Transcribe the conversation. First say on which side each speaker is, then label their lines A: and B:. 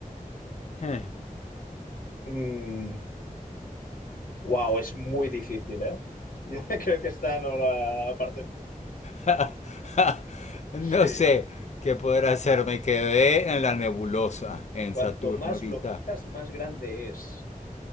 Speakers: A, on the left; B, on the left.
A: Eh.
B: Mm, Wow, es muy difícil, ¿eh? Yo <laughs> creo que esta no la aparte no.
A: <laughs> No
B: Sí,
A: sé qué poder hacer. Me quedé en la nebulosa en
B: cuanto
A: Saturno
B: más
A: ahorita.
B: lo quitas, más grande es.